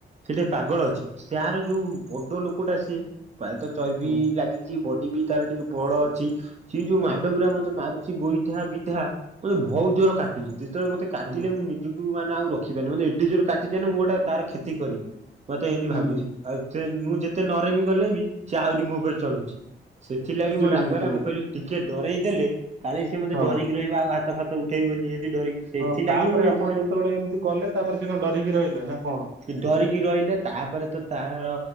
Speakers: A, on the right; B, on the right.
A: ସେ ଟିକେ ପାଗଳ ଅଛି ସାର ଯୋଉ ବଡ ଲୋକଟା ସିଏ ପ୍ରାୟତଃ ଚର୍ବି
B: ହୁଁ
A: ଲାଗିଚି ବଡି ବି ତାର ଟିକେ ବଳ ଅଛି ସେ ଯୋଉ
B: ହୁଁ
A: ମାଡ ଗୁରା ମତେ ମାରୁ ସେ ଗୋଇଠା ବିଧା ମତେ ଭଉ ଜୋର କାଟୁଚି ଯେତେବେଳେ ମତେ କାଟିଲେ
B: ହୁଁ
A: ମୁଁ ନିଜକୁ ମାନେ ଆଉ ର ଖି ପାରନି ମାନେ ଏଡ଼େ ଜୋରେ କାଟିଚି ମାନେ ମୁଁ ଗୋଟେ ତା ର କ୍ଷତି କରିବି। ମତେ ଏମିତି ଭାବୁଚି
B: ହୁଁ ହୁଁ।
A: ଆଉ ସେ ମୁଁ ଯେତେ ନରେମି ଗଲେ ବି ସେ ଆହୁରି ମୋ ଉପରେ ଚଢୁଚି। ସେଥିଲାଗି
B: ବୁଝିଲି
A: ମୋ ରାଗ
B: ବୁଝିଲି
A: ହେଲା ମୁଁ କହିଲି ଟିକେ ଡରେଇ ଦେଲେ କାଳେ ମୋତେ
B: ହଁ
A: ଡରିକି ରହିବ ଆଉ ହାତ ଫାତ ଉଠେଇବନି ଏମିତି ଡରିକି ସେଥିଲାଗି
B: ହଁ ତାପରେ
A: ମୁଁ ଏମିତି
B: ଆପଣ
A: ସବୁ
B: ଯେତେବେଳେ ଏମିତି କଲେ ତାପରେ ସେ କଣ ଡରିକି ରହିଲା ନା କଣ?
A: ସେ ଡରିକି ରହିଲା ତାପରେ ତ ତାର